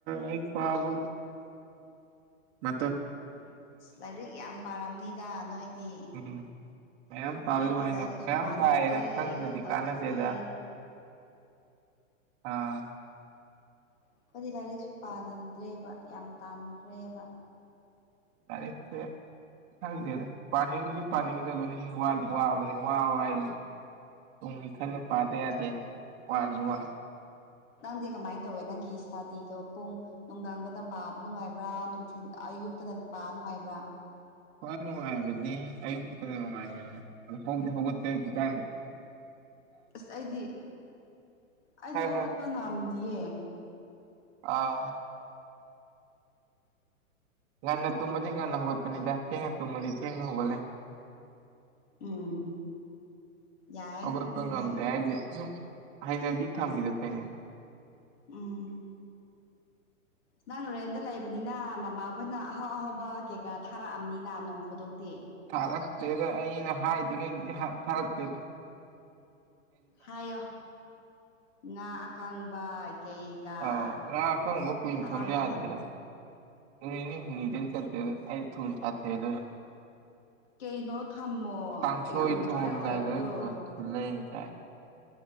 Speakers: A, on the right; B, on the left.
A: ꯑꯩ ꯄꯥꯕ ꯃ
B: ꯂꯥꯏꯔꯤꯛ ꯌꯥꯝ ꯄꯥꯔꯝꯅꯤꯗ ꯅꯣꯏꯗꯤ
A: ꯎꯝ ꯃꯌꯥꯝ ꯄꯥꯋ
B: ꯑꯩꯈꯣꯏꯗꯤ
A: ꯋꯥꯏꯅ
B: ꯂꯥꯏꯔꯤꯛꯁꯨ
A: ꯃꯌꯥꯝ
B: ꯄꯥꯅꯤꯡꯗ꯭ꯔꯦ
A: ꯄꯥꯏꯌꯦꯅ ꯈꯪꯗꯗꯤ
B: ꯇꯧꯔꯤꯁꯦ
A: ꯀꯥꯟꯅꯗꯦꯗ ꯑꯥ
B: ꯑꯩꯈꯣꯏꯗꯤ ꯂꯥꯏꯔꯤꯛꯁꯨ ꯄꯥꯅꯤꯡꯗ꯭ꯔꯦꯕ ꯌꯥꯝ ꯇꯥꯟꯈ꯭ꯔꯦꯕ
A: ꯂꯥꯏꯔꯤꯛꯁꯦ ꯈꯪꯗꯦꯗ ꯄꯥꯅꯤꯡꯗꯤ ꯄꯥꯅꯤꯡꯗꯕꯅꯤ ꯋꯥ ꯋꯥꯕꯅꯤ ꯋꯥꯕ ꯍꯥꯏꯗꯨ ꯇꯨꯡꯒꯤ ꯈꯜꯂ ꯄꯥꯗ ꯌꯥꯗꯦꯅ ꯄꯖ ꯋꯥ
B: ꯅꯪꯗꯤ ꯀꯃꯥꯏꯅ ꯇꯧꯋꯦ ꯅꯪꯒꯤ ꯏꯁꯇꯥꯗꯤꯗꯣ ꯄꯨꯡ ꯅꯨꯡꯗꯥꯡꯗꯅ ꯄꯥꯕ ꯅꯨꯡꯉꯥꯏꯕ꯭ꯔꯥ ꯅꯨꯡꯊꯤ ꯑꯌꯨꯛꯇꯅ ꯄꯥ ꯅꯨꯡꯉꯥꯏꯕ꯭ꯔꯥ
A: ꯍꯣꯏ ꯅꯨꯡꯉꯥꯏꯕꯗꯤ ꯑꯌꯨꯛꯇ ꯅꯨꯡꯉꯥꯏꯕꯅꯤꯅ ꯑ ꯍꯧꯗꯤꯤ ꯍꯧꯒꯠꯇꯀꯦ ꯍꯧꯖꯤꯛ ꯀꯥꯏꯗ
B: ꯑꯁ ꯑꯩꯗꯤ ꯑꯩꯗꯣ
A: ꯈꯔ
B: ꯍꯧꯒꯠꯄ
A: ꯈꯔ
B: ꯉꯝꯗꯤꯌꯦ
A: ꯑꯥ ꯉꯟꯅ ꯇꯨꯝꯃꯗꯤ ꯉꯟꯅ ꯍꯧꯒꯠꯄꯅꯤꯗ ꯊꯦꯡꯅ ꯇꯨꯝꯃꯗꯤ ꯊꯦꯡꯅ ꯍꯧꯒꯠꯂꯦ
B: ꯎꯝ ꯌꯥꯏ
A: ꯑꯈꯄ
B: ꯅꯪꯒꯤꯁꯨ
A: ꯉꯝ ꯇ ꯍꯥꯏꯖꯦ ꯁ ꯍꯥꯏꯅꯕꯤ ꯊꯝꯈꯤꯗ ꯇꯥꯏꯅꯗ
B: ꯎꯝ ꯅꯪ ꯅꯣꯔꯦꯟꯗ ꯂꯩꯕꯅꯤꯅ ꯃꯃꯥ ꯑꯩꯈꯣꯏꯅ ꯑꯍꯥꯎ ꯑꯍꯥꯎꯕ ꯀꯩꯀꯥ ꯊꯥꯔꯛꯑꯕꯅꯤꯅ ꯅꯣꯡ ꯐꯨꯗꯣꯛꯇꯦ
A: ꯊꯥꯔꯛꯇꯦꯗ ꯑꯩꯅ ꯍꯥꯏꯗꯉꯩ ꯊꯥꯔꯛꯇꯦꯗ
B: ꯍꯥꯏꯌꯣ ꯉꯥ ꯑꯀꯪꯕ ꯀꯩꯀꯥ
A: ꯑꯥꯎ ꯉ ꯀꯔꯝꯕ ꯀꯨꯏꯅ
B: ꯊꯥꯔꯛꯍꯜꯂꯣ
A: ꯊꯝꯅꯤ ꯌꯥꯗꯦꯗ ꯅꯨꯃꯤꯅꯤ ꯍꯨꯝꯅꯤꯖꯦꯟ ꯆ ꯑꯩ ꯊꯨ ꯇꯥꯊꯦꯗꯅ
B: ꯀꯩꯅꯣ ꯊꯝꯃꯣ
A: ꯀꯥꯡꯥꯡꯁꯣꯏ
B: ꯌꯥꯝ
A: ꯊꯣꯡꯑꯝꯗꯥꯏꯗ
B: ꯗ꯭ꯔꯥꯏ ꯑꯣꯏꯕꯗꯣ
A: ꯉ ꯂꯩꯅ ꯆꯥꯏ